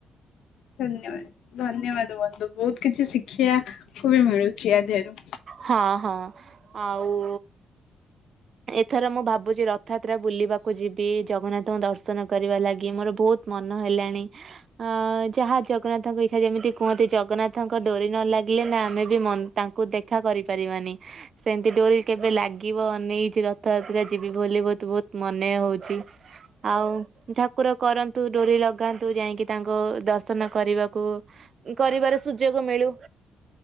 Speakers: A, on the left (about 85°); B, on the right (about 45°).
A: ଧନ୍ୟବାଦ ଧନ୍ୟବାଦ ବନ୍ଧୁ। ବହୁତ କିଛି ଶି୍ଖିବାକୁ ବି ମିଳୁଛି ଆଧିଅରୁ।
B: ହଁ ହଁ। ଆଉ। ଏଥର ମୁଁ ଭାବୁଚି ରଥା ଯାତ୍ରା ବୁଲିବାକୁ ଯିବି ଜଗନ୍ନାଥଙ୍କ ଦର୍ଶନ କରିବା ଲାଗି ମୋର ବହୁତ ମନ ହେଲାଣି ଅ ଯାହା ଜଗନ୍ନାଥଙ୍କ ଇଚ୍ଛା ଯେମିତି କୁହନ୍ତି ଜଗନ୍ନାଥଙ୍କ ଡୋରି ନ ଲାଗିଲେ ନା ଆମେ ବି ତାଙ୍କୁ ଦେଖା କରିପାରିବାନି ସେମିତି ଡୋରି କେବେ ଲାଗିବ ନେଇ ରଥଯାତ୍ରା ଯିବି ବୋଲି ବହୁତ ବହୁତ ମନେ ହଉଚି ଆଉ ଠାକୁର କରନ୍ତୁ ଡୋରି ଲଗାନ୍ତୁ ଯାଇକି ତାଙ୍କ ଦର୍ଶନ କରିବାକୁ କରିବାର ସୁଯୋଗ ମିଳୁ।